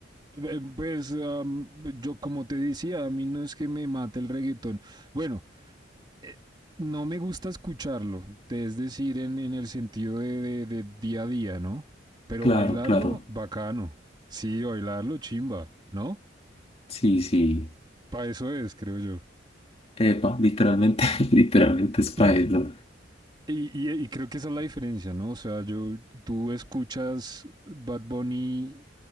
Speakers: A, on the right; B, on the left.
A: Eh, Pues am, yo como te decía, a mí no es que me mate el reggaetón. Bueno, eh, no me gusta escucharlo, es decir, en, en el sentido de, de- de día a día, ¿no? Pero
B: Claro,
A: bailarlo,
B: claro.
A: bacano. Sí, bailarlo, chimba, ¿no?
B: Sí, sí.
A: Para eso es, creo yo. <laughs>
B: Epa, literalmente, <laughs> literalmente es para
A: Yeah.
B: eso.
A: Y, y- y creo que esa es la diferencia, ¿no? O sea, yo, ¿tú escuchas Bad Bunny